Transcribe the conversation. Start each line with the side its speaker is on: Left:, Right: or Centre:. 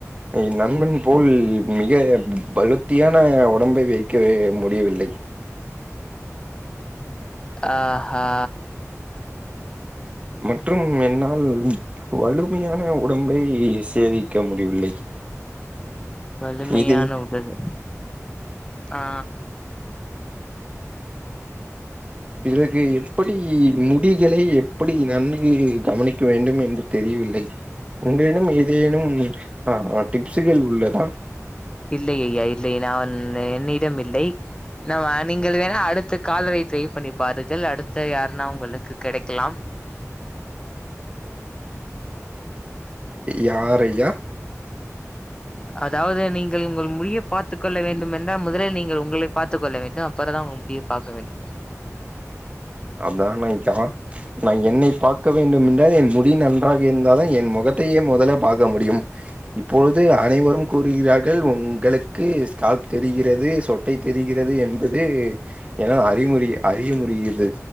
Right: என் நண்பன் போல் மிக பலத்தியான உடம்பை வைக்க முடியவில்லை <inaudible>
Left: ஆஹா
Right: மற்றும் என்னால் வலுமையான உடம்பை சேதிக்க முடியவில்லை <inaudible>
Left: வலிமையான
Right: இதை
Left: உடல் ஆ
Right: பிறகு எப்படி முடிகளை எப்படி நன்கு கவனிக்க வேண்டும் என்று தெரியும் இல்லை உங்களிடம் ஏதேனும் ஆ டிப்ஸுகள் உள்ளதா
Left: இல்லை அய்யா இல்லை நான் என்னிடம் இல்லை நான் நீங்கள் வேணா அடுத்த காலரை ட்ரை பண்ணி பாருங்கள் அடுத்த யாருன்னா உங்களுக்கு கடைக்கலாம்
Right: யார் ஐயா
Left: அதாவது நீங்கள் உங்கள் முடிய பார்த்துக் கொள்ள வேண்டும் என்றால் முதலில் நீங்கள் உங்களை பார்த்துக் கொள்ள வேண்டும் அப்புற தான் முடிய பாக்க வேண்டும்
Right: அதான் அய்யா நான் என்னை பார்க்க வேண்டும் என்றால் என் முடி நன்றாக இருந்தால தான் என் முகத்தையே முதல்ல பார்க்க முடியும் இப்பொழுது அனைவரும் கூறுகிறார்கள் உங்களுக்கு ஸ்காப் தெரிகிறது சொட்டை தெரி கிறது என்பது என்னால் அறிமுறி அறிய முறிகுிறது